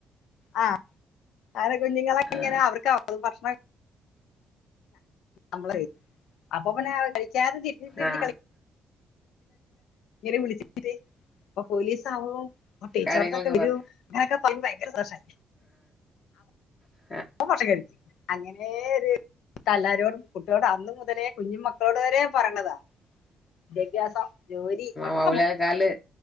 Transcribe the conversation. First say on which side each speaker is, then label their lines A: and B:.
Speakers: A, on the left; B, on the left.
A: ആ അങ്ങനെ കുഞ്ഞുങ്ങളെ
B: ആ
A: ഇങ്ങനെ അവർക്കാവും ഭക്ഷണം നമ്മള് അപ്പൊപിന്നെ അവര് കഴി ത് തിരു തിരു
B: ആ
A: കളി ഇങ്ങനെ വിളിച്ച അപ്പൊ പോലീസ് ആവോ ടീച്ചറത്തൊക്കെ
B: കാര്യങ്ങളൊക്കെ
A: വരോ
B: പറ
A: ഇങ്ങനെക്കെ പറ ഭയങ്കര <unintelligible>
B: ആ
A: അപ്പൊ ഭക്ഷണം കഴിക്കും അങ്ങനെ ഒരു തല്ലാരോടും കുട്ടികളോടും അന്ന് മുതലേ കുഞ്ഞു മക്കളോട് വരെ പറയണതാ വിദ്യാഭ്യാസം ജോലി ഒക്കെ
B: മൗലൽക്കാല്
A: നമുക്ക്